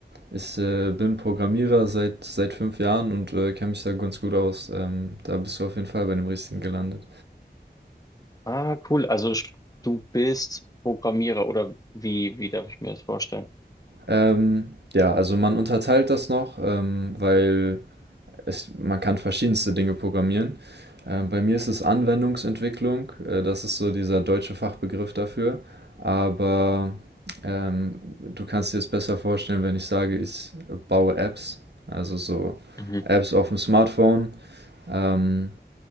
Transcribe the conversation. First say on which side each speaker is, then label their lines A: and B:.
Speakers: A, on the right (about 75°); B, on the left (about 20°).
A: ich äh, bin Programmierer seit, seit fünf Jahren und äh, kenne mich da ganz gut aus. Ähm, da bist du auf jeden Fall bei dem Richtigen gelandet.
B: Ah, cool. Also sch- du bist Programmierer oder wie, wie darf ich mir das vorstellen?
A: Ähm, ja, also man unterteilt das noch, ähm, weil es, man kann verschiedenste Dinge programmieren. Ähm, bei mir ist es Anwendungsentwicklung, äh, das ist so dieser deutsche Fachbegriff dafür. Aber ähm, du kannst dir es besser vorstellen, wenn ich sage, ich baue Apps, also so
B: Mhm.
A: Apps auf dem Smartphone Ähm,